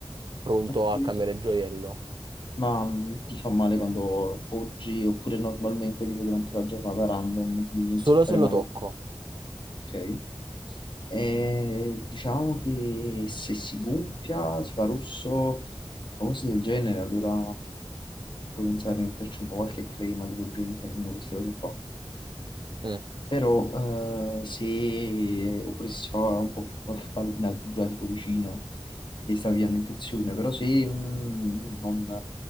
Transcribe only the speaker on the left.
ho capito.
Ma mh, ti fa male quando poggi oppure normalmente tipo durante la giornata random ti inizia
a fare
male?
Ok. E diciamo che se si gonfia, si fa rosso o cose del genere, allora puoi pensare di metterci un po' qualche crema tipo Gentalin o queste cose qua.
Però eh, se, oppure se si fa un po' qualche pallina dura tipo vicino, perché sta via un'infezione, però se mm, non, eh,